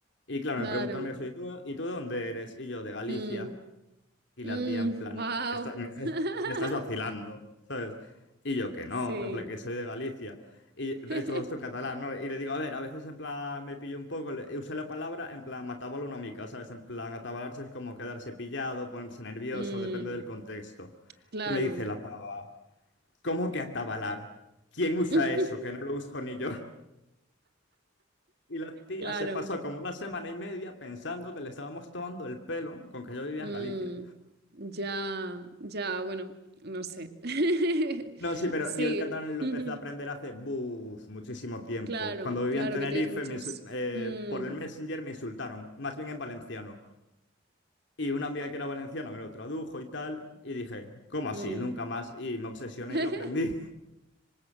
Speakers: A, on the left; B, on the right.
A: Y claro,
B: claro.
A: me preguntó una amiga suya, ¿y tú, y tú de dónde eres? Y yo, de Galicia.
B: Mm,
A: Y
B: mm,
A: la tía en plan,
B: wow.
A: no, me está- me estás,
B: <laughs>
A: me estás vacilando, ¿sabes? Y yo que no,
B: Sí.
A: en plan que soy de Galicia. Y
B: <laughs>
A: es todo esto en catalán, ¿no? Y le digo, a ver, a veces en plan me pillo un poco, le- usé la palabra en plan matabalo una mica, ¿sabes? En plan atabalarse es como quedarse pillado, ponerse nervioso,
B: Mm,
A: depende del contexto.
B: claro.
A: Y me dice la pava. ¿Cómo que atabalar? ¿Quién usa
B: <laughs>
A: eso? Que no lo uso ni yo. <laughs> Y la tía
B: Claro.
A: se pasó como una semana y media pensando que le estábamos tomando el pelo con que yo vivía
B: Mm,
A: en Galicia.
B: ya, ya, bueno, no sé. <laughs>
A: No, sí, pero
B: Sí,
A: yo el catalán lo
B: <laughs>
A: empecé a aprender hace buf, muchísimo tiempo.
B: claro,
A: Cuando vivía
B: claro
A: en Tenerife,
B: que tienes muchos.
A: me insu- eh,
B: Mm,
A: por el Messenger me insultaron, más bien en valenciano. Y una amiga que era valenciana me lo tradujo y tal, y dije, ¿cómo así?
B: mm.
A: Nunca más. Y me obsesioné
B: <laughs>
A: y lo aprendí.